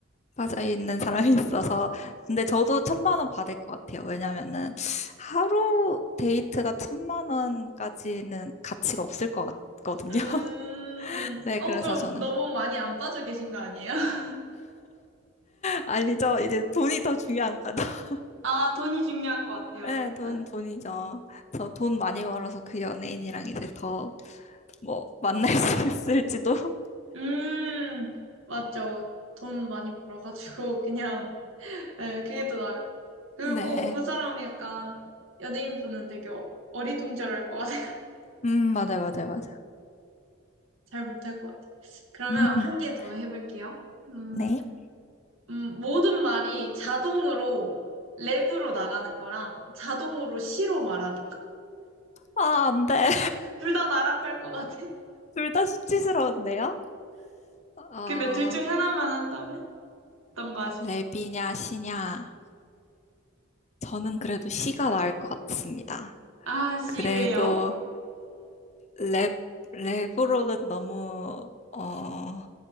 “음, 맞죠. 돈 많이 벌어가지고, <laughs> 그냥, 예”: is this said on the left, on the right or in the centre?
Right